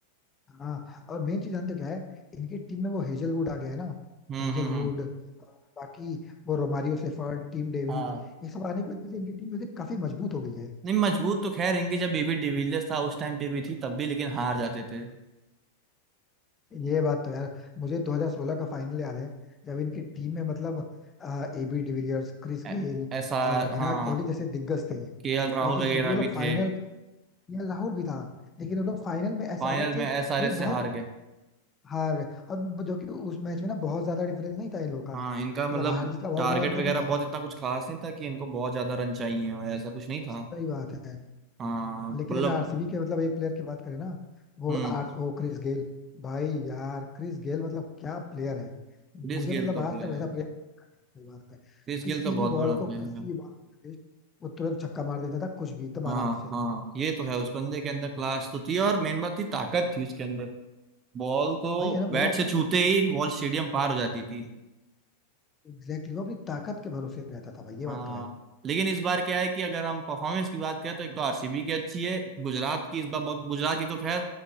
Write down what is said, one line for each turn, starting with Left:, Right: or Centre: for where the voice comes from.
Left: हाँ और मेन चीज जानते हो क्या है इनकी टीम में वो हेजलवुड आ गया है ना
Right: हम्म
Left: हेजलवुड
Right: हम्म
Left: बाकी वो रोमारियो सेफर्ड टीम डेविड
Right: हम्म
Left: ये सब आने की वजह से इनकी टीम में से काफी मजबूत हो गई है
Right: नहीं मजबूत तो खैर इनकी जब बेबी डिविलियर्स था उस टाइम पे भी थी तब भी लेकिन हार जाते थे
Left: ये बात तो यार मुझे 2016 का फाइनल याद है जब इनकी टीम में मतलब एबी डिविलियर्स क्रिस
Right: ऐ-
Left: गेल
Right: ऐसा
Left: और विराट
Right: हाँ
Left: कोहली जैसे दिग्गज थे
Right: केएल राहुल
Left: लेकिन
Right: वगैरह
Left: फिर भी वो लोग
Right: भी
Left: फाइनल
Right: थे
Left: लाहौर भी था लेकिन वो लोग फाइनल में एसआरएच
Right: फाइनल में
Left: से
Right: एसआरएच
Left: वही
Right: से
Left: बहुत
Right: हार गए
Left: हार गए और वो- जो कि उस मैच में ना बहुत ज्यादा डिफरेंस नहीं था इन लोगों का
Right: हाँ
Left: मतलब
Right: इनका मतलब
Left: हार जीत का बहुत
Right: टारगेट
Left: बड़ा अंतर
Right: वगैरह
Left: नहीं था
Right: बहुत इतना कुछ खास नहीं था कि इनको बहुत ज्यादा रन चाहिए हो ऐसा कुछ नहीं था
Left: सही बात है
Right: हाँ
Left: लेकिन
Right: मतलब
Left: अगर आरसीबी के मतलब एक प्लेयर की बात करें ना वो
Right: हम्म
Left: आर वो क्रिस गेल भाई यार क्रिस गेल मतलब क्या प्लेयर है मुझे
Right: क्रिस गेल
Left: मतलब
Right: तो
Left: आज
Right: प्लेयर
Left: तक वैसा प्लेयर सही बात है
Right: क्रिस
Left: किसी
Right: गेल तो
Left: भी
Right: बहुत
Left: बॉल
Right: बड़ा प्लेयर
Left: को किसी
Right: है
Left: भी बॉल के अगेंस्ट वो तुरंत छक्का मार देता था कुछ भी एकदम आराम
Right: हाँ
Left: से
Right: हाँ ये तो है उस बंदे के अंदर क्लास तो थी और मेन बात थी ताकत थी उसके अंदर बॉल को
Left: भाई है ना
Right: बैट
Left: वो अपनी
Right: से छूते ही बॉल स्टेडियम पार हो जाती थी
Left: एग्जैक्टली exactly, वो अपनी ताकत के भरोसे रहता था भाई ये बात
Right: हाँ
Left: तो है
Right: लेकिन इस बार क्या है कि अगर हम परफॉर्मेंस की बात करें तो एक तो आरसीबी की अच्छी है गुजरात की इस बार बहुत गुजरात की तो खैर